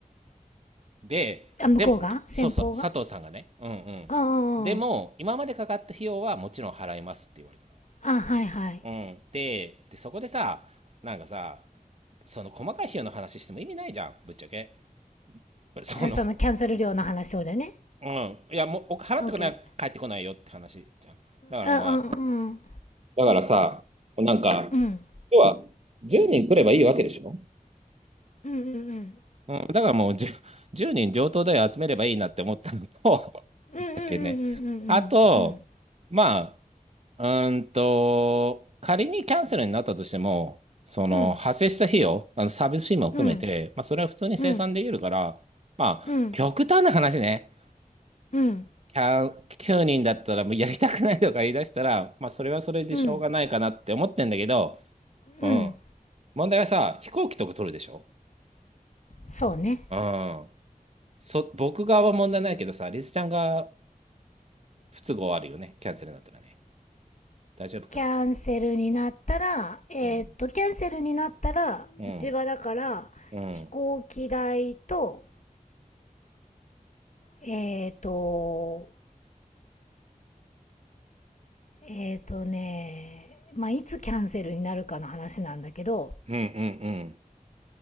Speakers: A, on the right (about 50°); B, on the left (about 55°).
A: ででもそうそう佐藤さんがねうんうんでも今までかかった費用はもちろん払いますって言われた
B: あ、向こうが先方がああ、あ、はいはい。
A: の、うん、ででそこでさなんかさその細かい費用の話しても意味ないじゃんぶっちゃけその
B: えそのキャンセル料の話そうだよね。
A: うんいやもうお払ってこない帰ってこないよって話じゃんだからまあ
B: OK。あ、うん、うん。
A: だからさ、なんか、
B: うん。
A: 要は10人来ればいいわけでしょ
B: うんうんうん。
A: うん、<laughs> だからもう10、人上等だよ、集めればいいなって思ったのと、<laughs>
B: うんうんうんうん
A: だけね。あと、まあ、うーんと、仮にキャンセルになったとしても、その派生した費用、
B: うん
A: あのサービス費も含めて、
B: うんうん
A: まあ、それは普通に生産できるから、
B: うん
A: まあ、
B: うん
A: 極端な話ね、
B: うん
A: キャン9人だったらもうやりたくないとか言い出したら、まあ、それはそれでしょうがないかなって思ってんだけど、
B: うん
A: うん。
B: うん
A: 問題はさ、飛行機とか取るでしょ
B: そうね
A: うん。そ、僕側は問題ないけどさ、リスちゃんが不都合あるよね。キャンセルになったらね。大丈夫かな。
B: キャンセルになったらえーっとキャンセルになったらうちはだから飛行機代と
A: うん。うん。うん。
B: えーっとえーっとねまあいつキャンセルになるかの話なんだけど
A: うん。うん。うん。